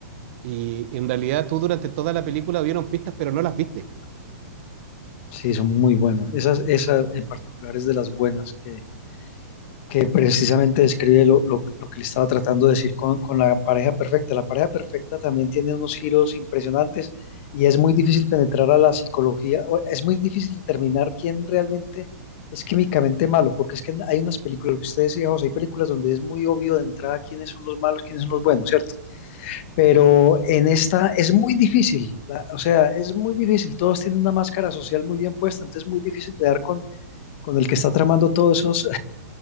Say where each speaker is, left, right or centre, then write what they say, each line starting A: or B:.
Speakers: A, on the right (about 50°); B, on the left (about 50°).
A: y en realidad tú durante toda la película vieron pistas, pero no las viste.
B: sí, son muy buenas. Esas, esa en particular es de las buenas que, que precisamente describe lo, lo- lo que le estaba tratando de decir con, con la pareja perfecta. La pareja perfecta también tiene unos giros impresionantes y es muy difícil penetrar a la psicología, o es muy difícil determinar quién realmente es químicamente malo, porque es que hay unas películas, lo que usted decía, José, hay películas donde es muy obvio de entrada quiénes son los malos, quiénes son los buenos, ¿cierto? Pero en esta es muy difícil, la- o sea, es muy difícil, todos tienen una máscara social muy bien puesta, entonces es muy difícil de dar con, con el que está tramando todos esos,